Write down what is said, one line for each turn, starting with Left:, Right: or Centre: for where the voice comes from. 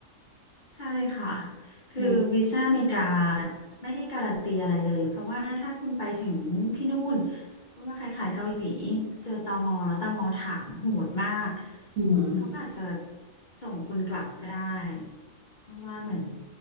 Left: ใช่ค่ะ คือวีซ่าอเมริกา
Right: อืม
Left: ไม่ได้การันตีอะไรเลย เพราะว่าถ้าคุณไปถึงที่นู่นมันว่าคล้ายๆเกาหลีเจอตมแล้วตมถามโหดมาก
Right: อืม
Left: เขาก็อาจจะส่งคุณกลับก็ได้เพราะว่าเหมือน